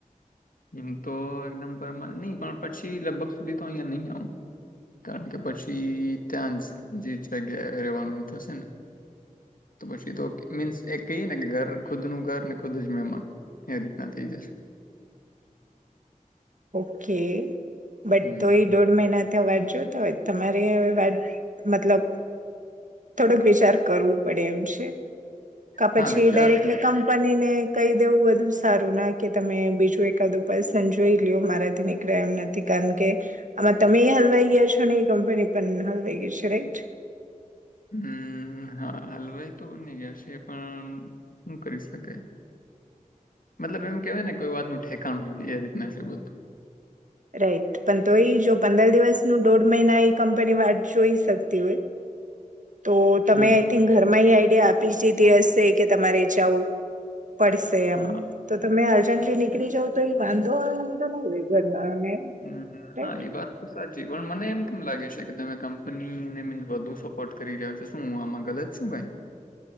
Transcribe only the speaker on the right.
ઓકે! બટ
તો એ દોઢ મહિના વાત જો તો હોય તમારે વા મતલબ થોડોક વિચાર કરવું પડે એમ છે. કા પછી
ડાયરેક્ટલી કમ બનીને કહી દેવું બધુ સારું ના કે તમે બીજું એકાદું પર્સન જોઈ. મારાથી નીકળ્યા એમ નથી કારણ કે આમાં તમે એ હલવાઈ ગયા છો, ને એ કંપની પણ હલવાઈ ગઈ છે. રાઈટ!
રાઈટ પણ તો એ જો પંદર દિવસનું દોઢ મહિના એ કંપની વાત જોઈ શકતી હોય. તો તમે
આઈ થિંક ઘરમાં આ એ આપણી સ્થિતિ હશે કે તમારે જાવું પડે પડશે
એમ તો તમે જલ્દી નીળી જાવ, તો એ વાંધો વાંધો ઘરનાને ન
રાઈટ